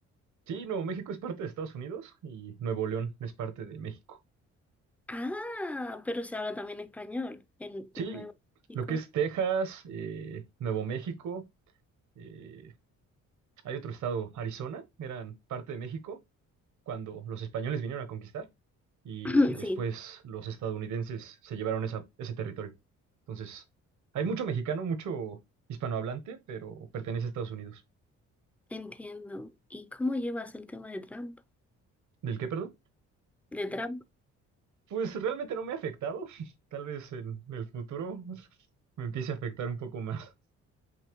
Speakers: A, on the right (about 70°); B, in the centre.
A: Sí, Nuevo México es parte de Estados Unidos y Nuevo León es parte de México.
B: Ah, pero se habla también español en
A: Sí,
B: Nuevo México.
A: lo que es Texas, eh, Nuevo México, eh, Hay otro estado, Arizona, eran parte de México cuando los españoles vinieron a conquistar y
B: <clears throat>
A: después
B: Sí,
A: los estadounidenses se llevaron esa- ese territorio. Entonces, hay mucho mexicano, mucho hispanohablante, pero pertenece a Estados Unidos.
B: entiendo. ¿Y cómo llevas el tema de Trump?
A: ¿Del qué, perdón?
B: De Trump.
A: Pues realmente no me ha afectado. <laughs> Tal vez en el futuro <laughs> me empiece a afectar un poco más. <laughs>